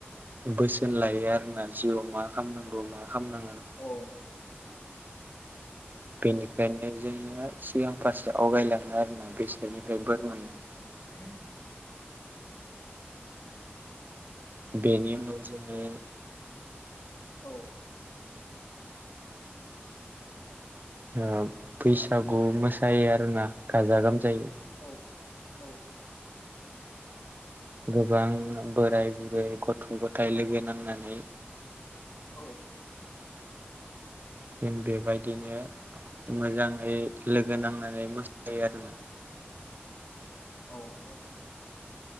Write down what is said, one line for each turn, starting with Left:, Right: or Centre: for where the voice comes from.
Right: बोसोन लायो आरोना जिउवाव मा खालामनांगौ मा खालामनाङा
Left: औ।
Right: बेनिखायनो जोङो सिगां फारसे आवगायलाङो आरोना बेसोरनिफ्राय बोर मोननानै।
Left: <unintelligible>
Right: बेनि उनाव जोङो
Left: औ
Right: ओ बैसागु मोसायो आरोना गाजा गोमजायै
Left: औ औ
Right: गोबां बोराइ बुरै गथ' गथाइ लोगो नांनानै
Left: औ।
Right: जों बेबायदिनो मोजाङै लोगो नांनानै मोसायो आरोना।
Left: औ औ।